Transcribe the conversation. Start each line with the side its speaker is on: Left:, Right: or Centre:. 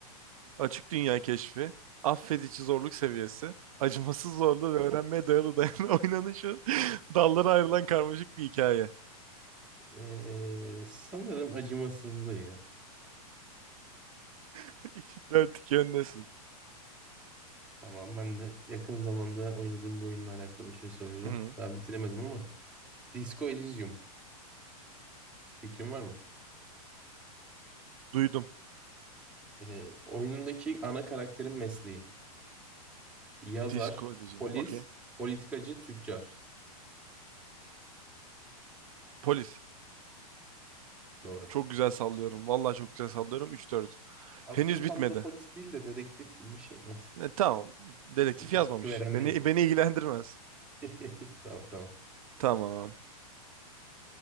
Right: Açık dünya keşfi, affedici zorluk seviyesi, acımasız zorluğu ve öğrenmeye dayalı dayalı <laughs> oynanışı, dallara ayrılan karmaşık bir hikaye.
Centre: Ee, sanırım acımasızlığı ya.
Right: <laughs> dört iki öndesin.
Centre: Tamam ben de yakın zamanda oynadığım bir oyunla alakalı bir şey soracağım.
Right: Hı-hı.
Centre: Daha bitiremedim ama. Disco Elysium. Fikrin var mı?
Right: Duydum.
Centre: Ee, oyunundaki ana karakterin mesleği. Yazar,
Right: Disco Elysium.
Centre: polis,
Right: Okey.
Centre: politikacı, tüccar.
Right: Polis.
Centre: Doğru.
Right: Çok güzel sallıyorum. Vallahi çok güzel sallıyorum. Üç dört.
Centre: Aslında
Right: Henüz
Centre: tam
Right: bitmedi.
Centre: da polis değil de dedektif gibi bir şey. <laughs> Neyse.
Right: E, tamam. Dedektif yazmamış.
Centre: Şıkkı veren
Right: Beni
Centre: benim.
Right: beni ilgilendirmez.
Centre: <laughs> Tamam tamam.
Right: Tamam.